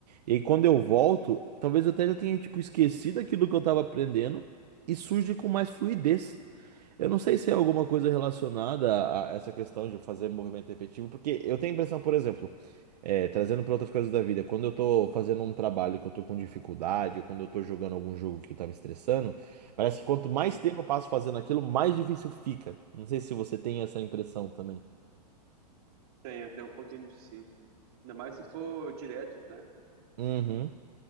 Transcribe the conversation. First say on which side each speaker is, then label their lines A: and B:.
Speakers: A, on the right; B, on the right.
A: E aí quando eu volto, talvez eu até já tenha tipo esquecido aquilo que eu tava aprendendo e surge com mais fluidez. Eu não sei se é alguma coisa relacionada a a essa questão de fazer movimento repetitivo, porque eu tenho a impressão, por exemplo, é, trazendo para outras coisas da vida, quando eu tô fazendo um trabalho que eu tô com dificuldade, ou quando eu tô jogando algum jogo que tá me estressando, parece que quanto mais
B: uhum.
A: tempo eu passo fazendo aquilo, mais difícil fica. Não sei se você tem essa impressão também.
B: Tenho, tenho um pouquinho disso sim. Ainda mais se for direto, né?
A: Uhum.